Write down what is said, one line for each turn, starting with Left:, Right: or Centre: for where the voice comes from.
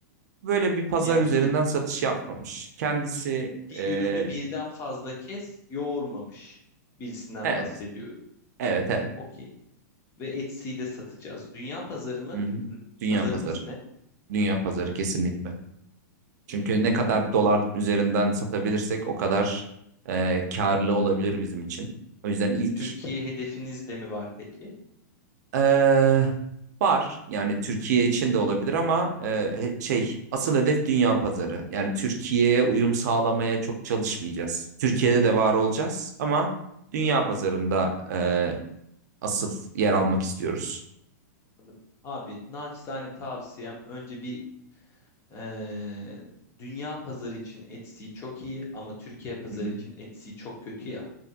Right: Böyle bir pazar
Left: Yani
Right: üzerinden
Left: bir,
Right: satış yapmamış. Kendisi
Left: bir
Right: e,
Left: ürünü birden fazla kez yoğurmamış birisinden
Right: evet,
Left: bahsediyorum.
Right: evet, evet.
Left: Okey. Ve Etsy'yi de satacağız. Dünya pazarı mı?
Right: Hı hı.
Left: R-
Right: Dünya
Left: Pazarımız
Right: pazarı.
Left: ne?
Right: Dünya pazarı kesinlikle. Çünkü
Left: Hmm.
Right: ne kadar dolar üzerinden satabilirsek o kadar e, karlı olabilir bizim için. O yüzden ilk
Left: Türkiye hedefiniz de mi var peki?
Right: Ee, var yani Türkiye için de olabilir ama e, şey asıl hedef dünya pazarı. Yani Türkiye'ye uyum sağlamaya çok çalışmayacağız. Türkiye'de de var olacağız ama dünya pazarında e, asıl yer almak istiyoruz.
Left: Anladım. Abi naçizane tavsiyem önce bir Ee, dünya pazarı için Etsy çok iyi ama Türkiye pazarı
Right: Hı hı,
Left: için Etsy çok kötü ya